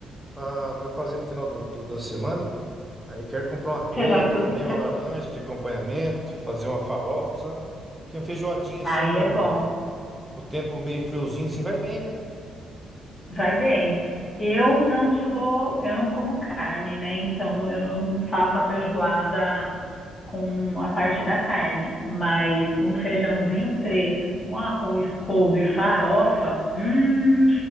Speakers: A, in the centre; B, on the left.
A: pra, pra fazer no final do, do- da semana. Aí quero comprar uma couve
B: Você já... co-
A: também,
B: você-
A: uma laranja de acompanhamento, fazer uma farofa, sabe? Que uma feijoadinha
B: Aí
A: assim no,
B: é bom,
A: no tempo meio friozinho, assim, vai bem, né?
B: vai bem. Eu não sou, eu não como carne, né? Então eu não não faço a feijoada com a parte da carne, mas um feijãozinho preto com arroz, couve e farofa, hum,